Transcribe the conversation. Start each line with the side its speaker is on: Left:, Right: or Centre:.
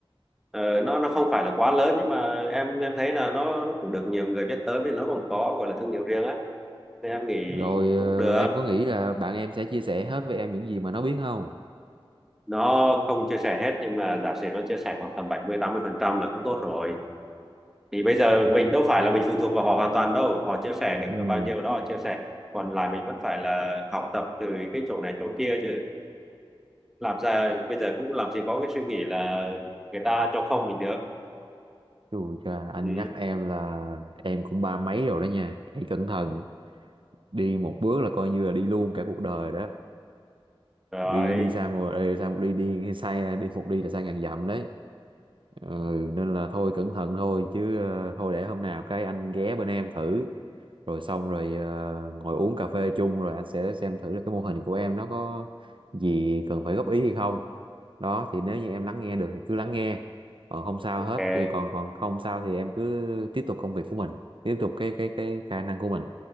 Centre: Ờ, nó nó không phải là quá lớn nhưng mà em em thấy là nó nó cũng được nhiều người biết tới vì nó còn có gọi là thương hiệu riêng á nên em nghĩ
Right: rồi ờ,
Centre: cũng được
Right: em có nghĩ là bạn em sẽ chia sẻ hết với em những gì mà nó biết không
Centre: nó không chia sẻ hết nhưng mà giả sử nó chia sẻ khoảng tầm bảy mươi tám mươi phần trăm là cũng tốt rồi thì bây giờ mình đâu phải là mình phụ thuộc vào họ hoàn toàn đâu họ chia sẻ được
Right: ừ
Centre: bao nhiêu đó họ chia sẻ còn lại mình vẫn phải là học tập từ cái chỗ này chỗ kia chứ làm ra bây giờ cũng làm gì có cái suy nghĩ là người ta cho không mình được
Right: Chù cha, anh
Centre: ừ.
Right: nhắc em là em cũng ba mấy rồi đó nha. Hãy cẩn thận, đi một bước là coi như là đi luôn cả cuộc đời đó.
Centre: rồi
Right: Vì đi sai một đi sai một đi đi sai đi một đi là sai ngàn dặm đấy ừ, nên là thôi cẩn thận thôi chứ ờ, thôi để hôm nào cái anh ghé bên em thử rồi xong rồi ờ, ngồi uống cà phê chung rồi anh sẽ xem thử là cái mô hình của em nó có gì cần phải góp ý hay không đó thì nếu như em lắng nghe được thì cứ lắng nghe còn không sao
Centre: ok
Right: hết thì còn còn không sao thì em cứ tiếp tục công việc của mình tiếp tục cái cái cái khả năng của mình